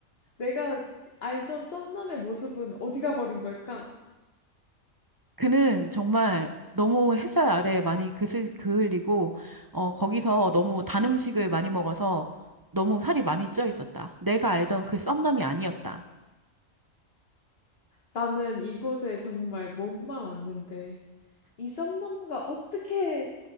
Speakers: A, on the left; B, on the right.
A: 내가 알던 썸남의 모습은 어디 가버린 걸까?
B: 그는 정말 너무 햇살 아래 많이 그슬, 그을리고, 어, 거기서 너무 단 음식을 많이 먹어서 너무 살이 많이 쪄 있었다. 내가 알던 그 썸남이 아니었다.
A: 나는 이곳에 정말 몸만 왔는데 이 썸남과 어떻게